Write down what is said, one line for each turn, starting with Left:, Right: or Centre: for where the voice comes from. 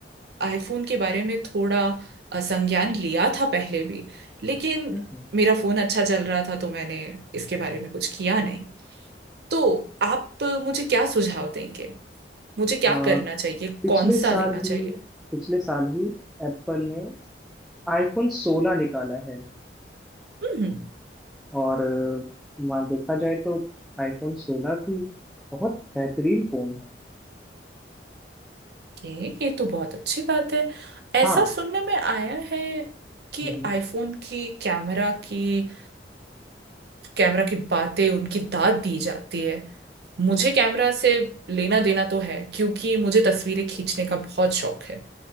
Right: आईफोन के बारे में थोड़ा अ, संज्ञान लिया था पहले भी लेकिन
Centre: हम्म।
Right: मेरा फोन अच्छा चल रहा था तो मैंने इसके बारे में कुछ किया नहीं तो आप मुझे क्या सुझाव देंगे मुझे क्या
Centre: आ,
Right: करना चाहिए
Centre: पिछले
Right: कौन सा
Centre: साल
Right: लेना चाहिए
Centre: ही पिछले साल ही एप्पल ने आईफोन 16 निकाला है
Right: हम्म
Centre: और अ, वहाँ देखा जाए तो आईफोन 16 भी बहुत बेहतरीन फोन है
Right: ये ये तो बहुत अच्छी बात है ऐसा
Centre: हाँ
Right: सुनने में आया है कि
Centre: हम्म।
Right: आईफोन की कैमरा की कैमरा की बातें उनकी दाद दी जाती है मुझे कैमरा से लेना देना तो है क्योंकि मुझे तस्वीरें खींचने का बहुत शौक है